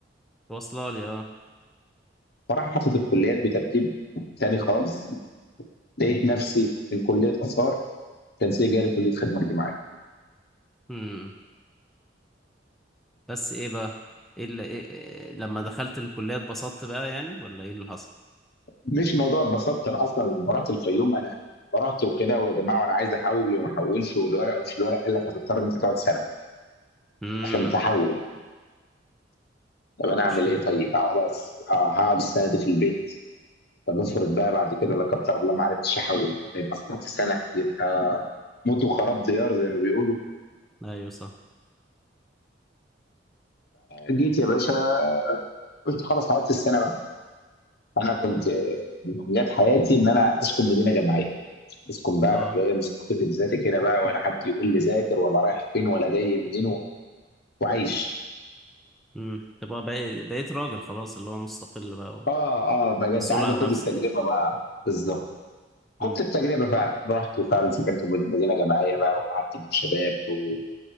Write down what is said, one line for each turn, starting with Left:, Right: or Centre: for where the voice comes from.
Centre: واصله لي اه
Left: فراح حاطط الكليات بترتيب تاني خالص لقيت نفسي من كليه اثار تنسيق جالي كليه خدمه اجتماعيه
Centre: امم بس ايه بقى ايه اللي إيه إيه لما دخلت الكلية اتبسطت بقى يعني ولا ايه اللي حصل
Left: مش موضوع اتبسطت انا اصلا لما رحت الفيوم انا رحت وكده ويا جماعه وانا عايز احول وما احولش والورق ومش الورق قال لك هتضطر ان انت تقعد سنه
Centre: امم
Left: عشان تحول طب انا اعمل
Centre: المشكلة
Left: ايه طيب
Centre: دي
Left: هقعد أس... آه، هقعد السنه دي في البيت طب افرض بقى بعد كده لا قدر الله ما عرفتش احول يبقى قعدت سنه يبقى موت وخراب ديار زي ما بيقولوا
Centre: ايوه صح
Left: جيت يا باشا قلت خلاص هقضي السنه انا كنت من امنيات حياتي ان انا اسكن مدينه جامعيه اسكن بقى
Centre: اه
Left: ابقى جاي مستقل بذاتي كده بقى ولا حد يقول لي ذاكر ولا رايح فين ولا جاي منين و- وعايش
Centre: امم تبقى بقيت بقيت راجل خلاص اللي هو مستقل بقى
Left: اه اه بجد
Centre: مسؤول
Left: عايز
Centre: عن
Left: اخد
Centre: نفسك
Left: التجربه بقى بالظبط
Centre: امم
Left: خدت التجربه فعلا رحت وفعلا سكنت في مدينه جامعيه بقى وقعدت مع شباب و-